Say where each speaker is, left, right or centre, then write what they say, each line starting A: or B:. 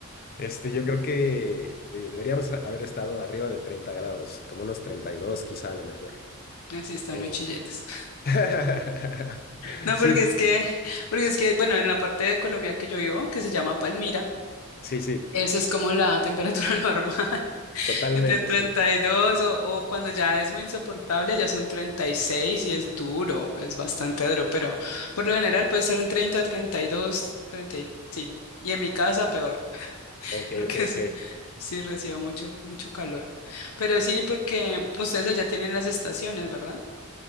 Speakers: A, on the left (about 40°); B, on the left (about 80°).
A: este, yo creo que de- deberíamos haber estado arriba de 30 grados, como unos 32 quizá a lo mejor.
B: Así está
A: Eh,
B: muy chilletas.
A: <laughs>
B: No,
A: Sí,
B: porque es que, porque es que, bueno, en la parte de Colombia que yo vivo, que se llama Palmira,
A: sí, sí,
B: esa es como la temperatura <laughs> normal.
A: totalmente,
B: De 32
A: sí.
B: o, o cuando ya es muy insoportable, ya son treinta y seis y es duro, es bastante duro, pero por lo general puede ser un 30, 32, 30, y- sí. Y en mi casa peor, <laughs>
A: Ok,
B: porque
A: ok,
B: es,
A: ok.
B: sí recibo mucho, mucho calor. Pero sí, porque ustedes ya tienen las estaciones, ¿verdad?